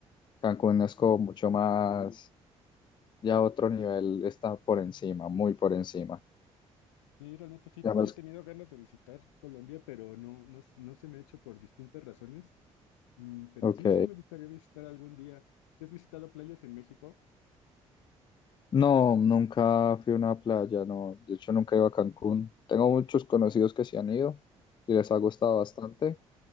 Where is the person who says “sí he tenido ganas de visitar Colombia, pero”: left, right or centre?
Left